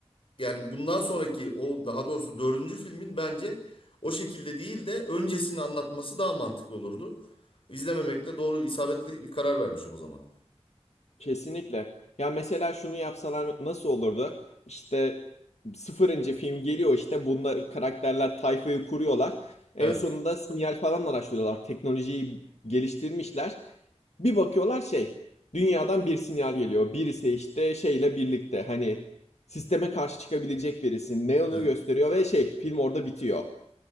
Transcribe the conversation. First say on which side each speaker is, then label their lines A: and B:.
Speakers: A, on the left; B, on the left.
A: yani bundan sonraki o daha doğrusu dördüncü filmin bence o şekilde değil de öncesini anlatması daha mantıklı olurdu. İzlememekle doğru isabetli bir karar vermişim o zaman.
B: Kesinlikle. Ya mesela şunu yapsalar nasıl olurdu? İşte sıfırıncı film geliyor işte bunlar karakterler tayfayı kuruyorlar. En
A: Evet.
B: sonunda sinyal falan araştırıyorlar. Teknolojiyi geliştirmişler. Bir bakıyorlar şey dünyadan bir sinyal geliyor. Birisi işte şeyle birlikte hani sisteme karşı çıkabilecek birisi. Neon'u
A: Evet.
B: gösteriyor ve şey film orada bitiyor.